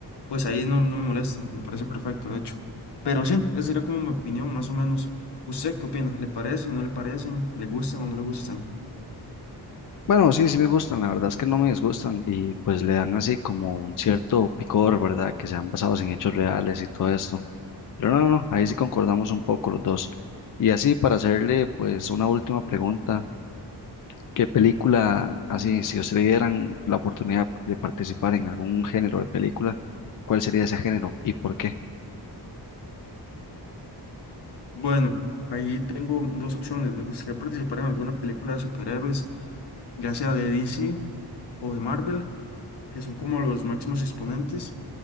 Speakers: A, on the left; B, on the left.
A: pues ahí no, no me molesta, me parece perfecto, de hecho. Pero sí, esa sería como mi opinión, más o menos. ¿Usted qué opina? ¿Le parecen, no le parecen? ¿Le gustan o no le gustan?
B: Bueno, sí, sí me gustan, la verdad es que no me disgustan y pues le dan así como un cierto picor, ¿verdad? Que sean basados en hechos reales y todo esto. Pero no, no, ahí sí concordamos un poco los dos. Y así para hacerle pues una última pregunta, ¿qué película, así, si ustedes dieran la oportunidad de participar en algún género de película, cuál sería ese género y por qué?
A: Bueno, ahí tengo dos opciones. Me gustaría participar en alguna película de superhéroes, ya sea de DC o de Marvel, que son como los máximos exponentes.